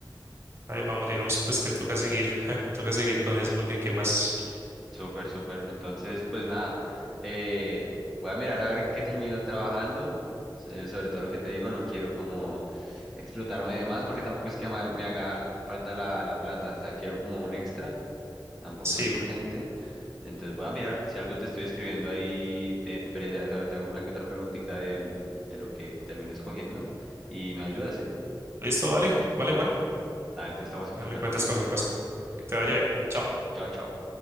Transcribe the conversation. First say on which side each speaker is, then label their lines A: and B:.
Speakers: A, on the right; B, in the centre.
A: Ahí vamos, digamos que pues que toca seguir, <laughs> toca seguir con eso porque qué más.
B: Súper, súper. Entonces, pues nada, eh, voy a mirar a ver en qué <laughs> termino trabajando. so- Sobre todo lo que te digo, no quiero como explotarme de más porque tampoco es que ama- me haga falta la, la plata. O sea, quiero como un extra, tampoco
A: Sí,
B: es urgente. Entonces voy a mirar, si algo te estoy escribiendo ahí, te, te, pre- te- te hago una que otra preguntita de, de lo que termino escogiendo y me ayudas, ¿sí?
A: listo, vale, vale, Juan.
B: Ah, entonces estamos en
A: Me
B: contacto,
A: cuentas
B: Brandon.
A: cualquier cosa. Que te vaya
B: Dale,
A: bien. Chao.
B: chao, chao.